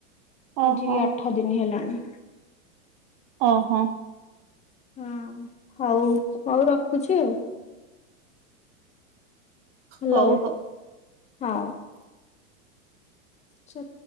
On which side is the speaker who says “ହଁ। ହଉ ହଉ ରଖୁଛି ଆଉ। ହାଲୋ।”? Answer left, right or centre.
Left